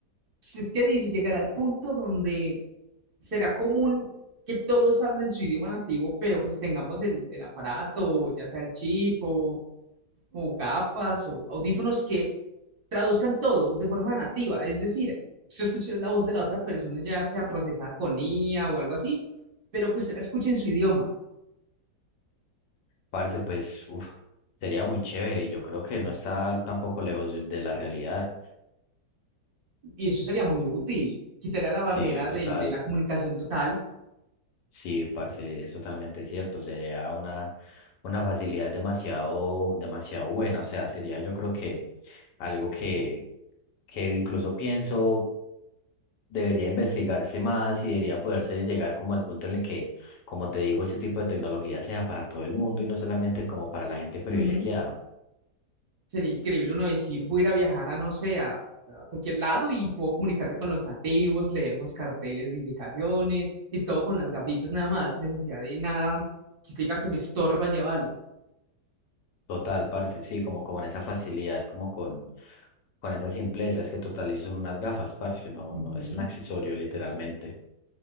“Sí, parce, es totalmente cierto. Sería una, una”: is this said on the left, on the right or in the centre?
Left